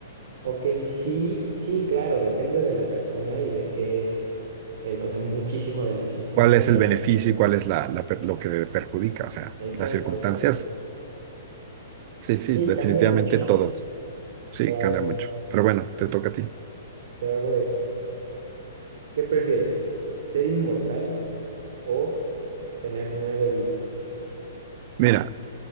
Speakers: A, on the right (about 60°); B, on the right (about 45°).
A: ok, sí, sí, claro, depende de la persona y de qué, eh, o sea, muchísimo de la circunstancia.
B: cuál es el beneficio y cuál es la, la per- lo que le perjudica, o sea,
A: Exacto,
B: las circunstancias.
A: exacto.
B: Sí, sí,
A: Sí,
B: definitivamente
A: cambia mucho.
B: todos. Sí,
A: Pero a
B: cambia
A: ver,
B: mucho. Pero bueno, te toca a ti.
A: te hago esta. ¿Qué prefieres? ¿Ser inmortal o tener nueve vidas?
B: Mira,